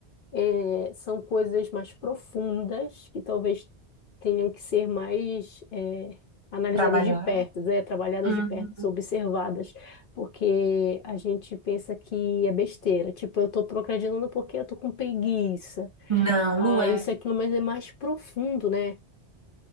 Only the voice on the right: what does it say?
trabalhar,
uhum.
Não,
não é.